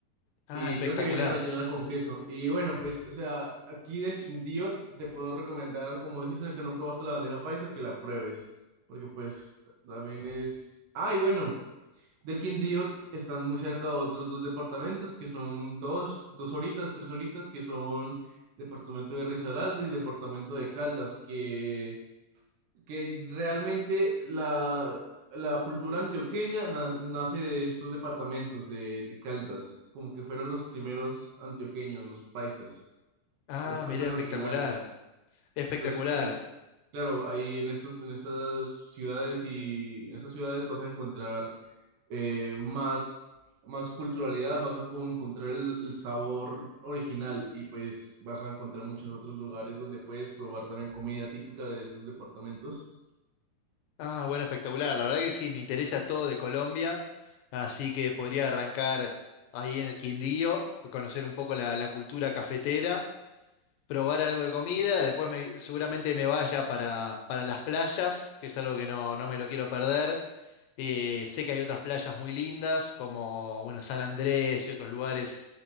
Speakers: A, on the left (about 80°); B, on the right (about 70°).
A: Ah,
B: Y
A: espectacular.
B: creo que viene rellena con queso. Y bueno, pues, o sea, aquí del Quindío te puedo recomendar, como dijiste que no probaste la bandeja paisa, que la pruebes. Porque pues t- también es... Ah, y bueno, del Quindío t- están muy cerca otros dos departamentos, que son dos, dos horitas, tres horitas, que son departamento de Risaralda y departamento de Caldas, que que realmente la, la cultura antioqueña na- nace de estos departamentos de, de Caldas, como que fueron los primeros antioqueños, los paisas,
A: Ah,
B: los paisas
A: mirá, espectacular.
B: originales.
A: Espectacular.
B: Entonces, pues, claro, ahí en estos, en estas ciudades y en esas ciudades vas a encontrar eh, más, más culturalidad, vas a como encontrar el, el sabor original y pues vas a encontrar muchos otros lugares donde puedes probar también comida típica de estos departamentos.
A: Ah, bueno, espectacular. La verdad que sí, me interesa todo de Colombia, así que podría arrancar ahí en el Quindío, conocer un poco la, la cultura cafetera, probar algo de comida, después me- seguramente me vaya para, para las playas, que es algo que no, no me lo quiero perder. Eh, sé que hay otras playas muy lindas, como bueno, San Andrés y otros lugares